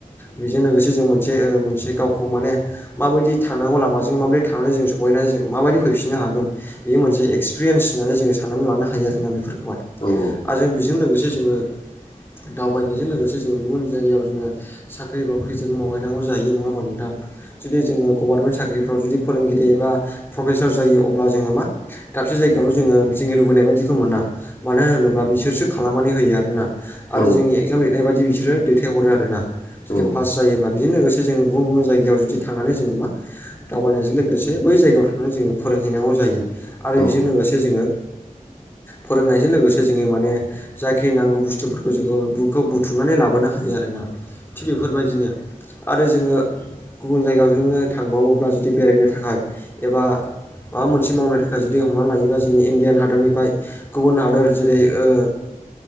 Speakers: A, on the left; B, on the left.
A: बेजों लोगोसे जों मोनसे ओ-मोनसे गावखौ माने माबायदि थांनांगौ लामाजों माबोरदि थांनानै जों सहैनानै जों माबायदि फैफिननो हागोन। बे मोनसे एक्सपिरियेन्स होननानै जोङो साननानै लानो हायो आरोना बेफोरखौहाय।
B: औ औ
A: आरो जों बेजों लोगोसे जोङो दावबायनायजों लोगोसे जोङो गुबुन जायगायाव जोङो साख्रि बाख्रिजों माव सहैनांगौ जायो नङाबा नोंथां जुदि जोङो। गभारनमेन्ट साख्रिफ्राव जुदि फोरोंगिरि एबा प्रफेसार जायो अब्ला जोङो मा दाबसे जायगायावल' जोङो जोंङनि लुबैनाय बायदिखौ मोना। मानो होनोब्ला बिसोरसो खालामनानै होयो आरोना आरो
B: औ
A: जोंनि एगजाम लिरनाय बायदि बिसोरो दैथाय हरो आरोना। जुदि
B: औ
A: फास जायो बेजों लोगोसे जों गुबुन गुबुन जायगायाव जुदि थांनानै जोङो मा? दावबायनायजों लोगोसे बै जायगायाव थांनानै जोङो फोरोंहैनांगौ जायो आरो
B: औ
A: बेजों लोगोसे जोङो फोरोंनायजों लोगोसे जोङो माने जाखिनि नांगौ बुस्थुफोरखौ जोङो बुखौ बुथुमनानै लाबोनो हायो आरोना। थिग बेफोरबायदिनो आरो जोङो गुबुन जायगायाव जोङो थांबावोब्ला जुदि बेरायनो थाखाय एबा माबा मोनसे मावनो थाखाय जुदि हमनानै लायोबा जोंनि इण्डियान हादरनिफ्राय गुबुन हादोर जेरै ओ-